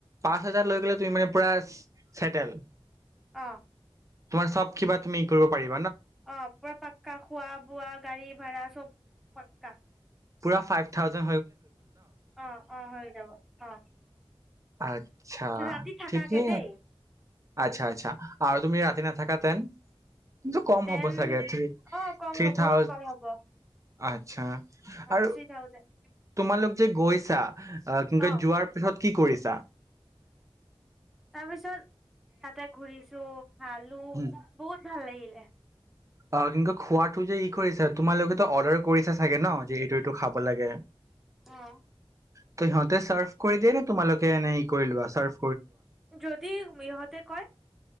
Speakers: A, on the right; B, in the centre.
A: পাঁচ হাজাৰ লৈ গলে তুমি মানে পুৰা ছেটেল
B: অ
A: তোমাৰ চব কিবা তুমি কৰিব পাৰিব
B: অ পুৰা পাক্কা খোৱা বোৱা গাড়ী ভ়াৰা চব পকা
A: পুৰা ফাইভ থাউজে
B: অ অ হৈ যাব অ
A: আচ্ছা
B: ৰাতি থাকাকে
A: ঠিকেই
B: দেই
A: আচ্ছা আচ্ছা আৰু তুমি ৰাতি নাথাকাতেন কিন্তু কম
B: দেন
A: হ'ব চাগে থ
B: অ কম
A: থ
B: হ'ব
A: থাউজে
B: বহুত কম হ'ব
A: আচ্ছা
B: অ
A: আৰু
B: থ্ৰী থাউজেণ্ড
A: তোমালোক যে গৈছা কিন্তু
B: অ
A: যোৱাৰ পিছত কি কৰিছা
B: তাৰপিছত তাতে ঘূৰিছো ভালো
A: উম
B: বহুত ভাল <unintelligible>
A: অ কিকু খোৱা যে ই কৰিছা তোমালোকেেতো অৰ্ডাৰ কৰিছা চাগে ন যে এইটো এইটো খাব লাগে
B: অ
A: ত সিহঁতে চাৰ্ভ কৰি দিয় নে তোমালোকে এনে হি কৰি লোৱা চাৰ্ফ
B: যদি ইহঁতে কয়